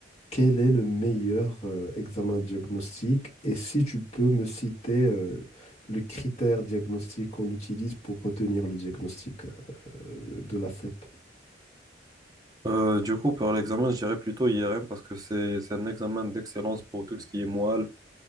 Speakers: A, on the left; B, on the right.
A: quel est le meilleur euh, examen diagnostique? Et si tu peux me citer euh, le critère diagnostique qu'on utilise pour retenir le diagnostic? euh, de la CEP.
B: Euh, du coup, pour l'examen, je dirais plutôt IRM parce que c'est c'est un examen d'excellence pour tout ce qui est moelle,